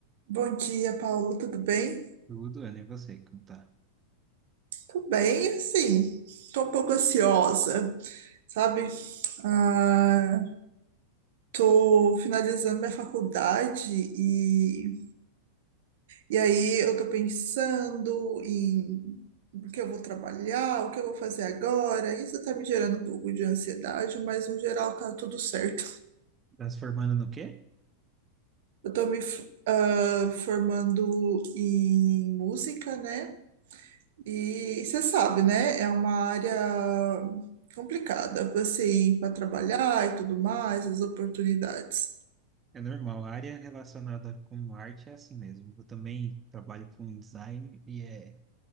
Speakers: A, on the right; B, on the right.
A: Bom dia, Paulo. Tudo bem?
B: Tudo, Ana, e você, como tá?
A: Tudo bem, assim, tô um pouco ansiosa, sabe? Ah, tô finalizando minha faculdade e, e aí eu tô pensando em o que eu vou trabalhar, o que eu vou fazer agora. Isso tá me gerando um pouco de ansiedade, mas no geral tá tudo certo.
B: Tá se formando no quê?
A: Eu tô me f- ah, formando em música, né? E você sabe, né? É uma área complicada você ir para trabalhar e tudo mais, as oportunidades.
B: É normal, a área relacionada com arte é assim mesmo. Eu também trabalho com design e é,